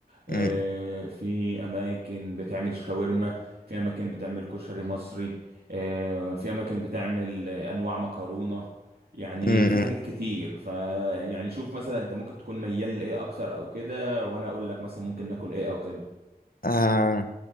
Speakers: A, on the right; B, on the left.
A: آه،
B: امم
A: في اماكن بتعمل شاورما في اماكن بتعمل كشري مصري آه، في اماكن بتعمل آه، انواع مكرونة يعني
B: امم
A: في حاجات كتير ف يعني شوف مثلا انت ممكن تكون ميال لايه اكتر او كده وانا اقول لك مثلا ممكن ناكل ايه او كده
B: آه